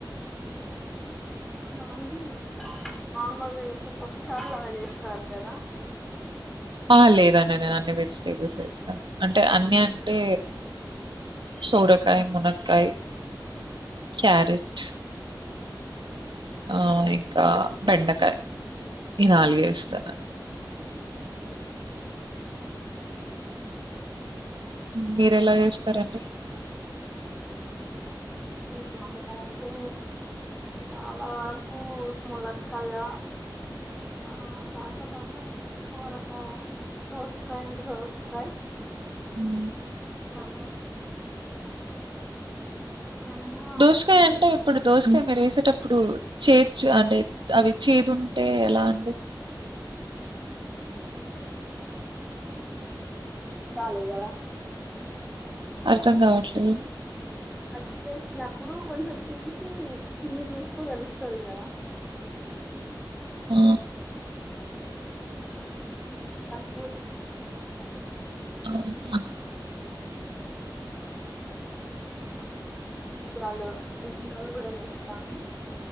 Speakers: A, in the centre; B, on the right.
A: కొంతమంది నార్మల్గా చేస్తే పప్పు చారులు అలా చేస్ సారు కదా
B: ఆ! లేదండి. నేను అన్ని వెజిటేబుల్స్ వేస్తాను అంటే అన్ని అంటే సోరకాయ, మునక్కాయ, క్యారెట్ ఆ ఇంకా బెండకాయ ఈ నాలుగే యేస్తానండి మీరు ఎలా చేస్తారండి
A: సాంబారంటే చాలా వరకు ముల కయా ఆ దాంతో పాటు సోరకాయ దోసకాయ ఉంటే దోసకాయ
B: హ్మ్
A: అవును ఎప్పుడైనా
B: దోసకాయ అంటే ఇప్పుడు దోసకాయ మీరు వేసేటప్పుడు చే అంటే అవి చేదు ఉంటే ఎలా అండి
A: డాలి కదా
B: అర్థం కావట్లేదు
A: అది చేసినప్పుడు కొంచెం తీసి తిని చూస్తే తెలుస్తది కదా
B: ఆ
A: పదిపోతుంది
B: అవునా
A: అవు బీజలు బింగాలు కూడా వేస్తాను